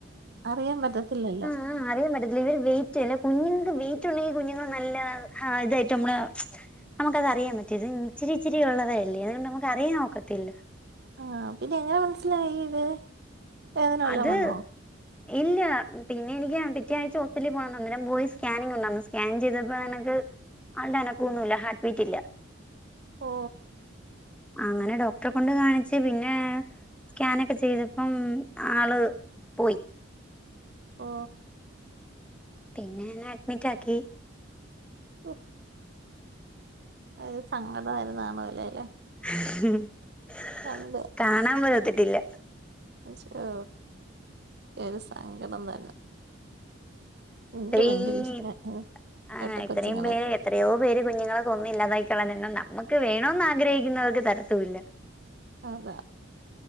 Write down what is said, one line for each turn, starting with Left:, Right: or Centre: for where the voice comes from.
Right: അറിയാൻ പറ്റത്തില്ലല്ലോ
Centre: ആ അറിയാൻ പറ്റത്തില്ല ഇവര് വെയിറ്റ് അല്ല കുഞ്ഞുങ്ങൾക്ക് വെയിറ്റ് ഉണ്ടെങ്കി കുഞ്ഞുങ്ങൾ നല്ല ആ ഇതായിട്ട് നമ്മള് നമുക്ക തറിയാൻ പറ്റും ഇത് ഇിരിച്ചിരിഉള്ളവരല്ലേ അതുകണ്ട് നമു അറിയാൻ ഒക്കത്തില്ല
Right: ആ പി പിന്നെ എങ്ങനെ മനസ്സിലായി ഇത് വേദന വല്ലോം
Centre: അത്
Right: വന്നോ
Centre: ഇല്ല പിന്നെ എനിക്ക് പിറ്റേ ആഴ്ച ഹോസ്പറ്റി പോണം അന്നരം പോയി സ്കാനിംഗ ഉണ്ടന്ന് സ്കാൻ ചെയ്തപ്പോ നിനക്ക് ആളുടെ അനക്കൊ ഒന്നുമല്ല ഹാർട്ട് ബീറ്റില്ല
Right: ഓ
Centre: അങ്ങനെ ഡോക്ടറെ കൊണ്ട് കാണിച്ച് പിന്നെ സ്കാനൊക്കെ ചെയ്തപ്പം ആള് പോയി
Right: ഓ
Centre: പിന്നെ എന്നെ അഡ്മിറ്റാക്കി
Right: ഒ അതൊരു സങ്കടായത് കാണൂലെ ല്ലെ
Centre: ഉ
Right: കാണൂലെ
Centre: കാണാൻ പോഴത്തിട്ടില്ല
Right: അശോ എരു സങ്കടം തന്നെ എനിക്ക്
Centre: ഇത്രയും
Right: ഭയങ്കര ഇഷ്ടാണ്
Centre: ആഹ്
Right: ഇരട്ട
Centre: ഇത്രയും
Right: കൊച്ചുങ്ങളെയൊക്കെ
Centre: പേര് എത്രയോ പേര് കുഞ്ഞുങ്ങളെ കൊന്ന് ഇല്ലാതാക്കി ക്കളഞ്ഞണ്ണു നമുക്ക് വേണമന്ന് ആഗ്രഹിക്കുന്നവർക്ക് തരത്തൂല്ല
Right: അത